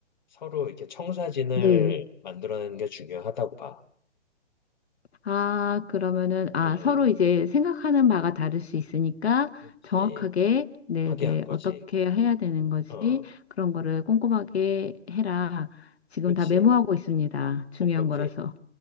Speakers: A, on the left; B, on the left.
A: 서로 이렇게 청사진을
B: 네.
A: 만들어내는 게 중요하다고 봐.
B: 아, 그러면은, 아,
A: 음, 음.
B: 서로 이제 생각하는 바가 다를 수 있으니까
A: 그렇지.
B: 정확하게, 네네,
A: 확인하는 거지.
B: 어떻게 해야 되는 거지?
A: 어,
B: 그런 거를 꼼꼼하게 해라. 지금
A: 그렇지.
B: 다 메모하고 있습니다. 중요한
A: 오케이, 오케이.
B: 거라서.